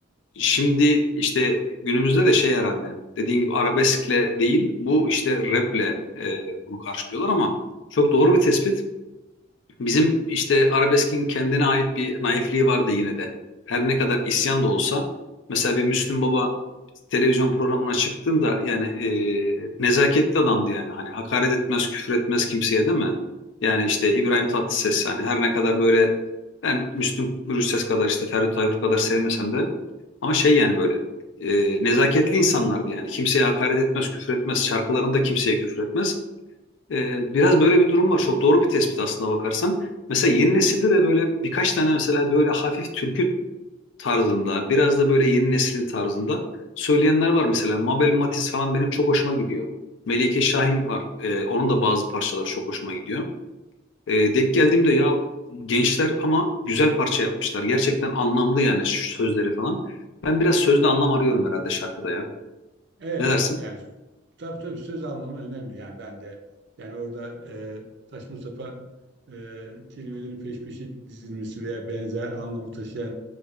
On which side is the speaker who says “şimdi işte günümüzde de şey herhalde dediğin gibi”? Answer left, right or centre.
Left